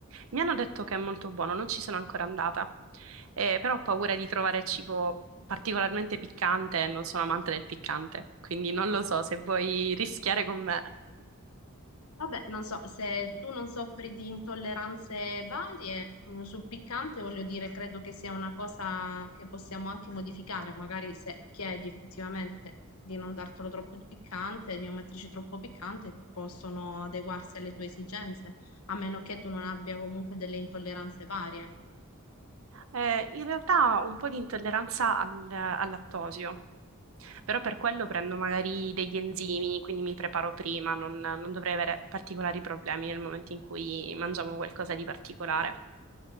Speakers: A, on the right; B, on the left.
A: Mi hanno detto che è molto buono, non ci sono ancora andata, Eh, però ho paura di trovare cibo particolarmente piccante e non sono amante del piccante, quindi non lo so se vuoi rischiare con me.
B: Vabbè, non so, se tu non soffri di intolleranze varie mm, sul piccante, voglio dire, credo che sia una cosa che possiamo anche modificare, magari se chiedi effettivamente di non dartelo troppo piccante, di non metterci troppo piccante, possono adeguarsi alle tue esigenze, a meno che tu non abbia comunque delle intolleranze varie.
A: Eh, in realtà ho un po' di intolleranza al, al lattosio, però per quello prendo magari degli enzimi, quindi mi preparo prima, non, non dovrei avere particolari problemi nel momento in cui mangiamo qualcosa di particolare.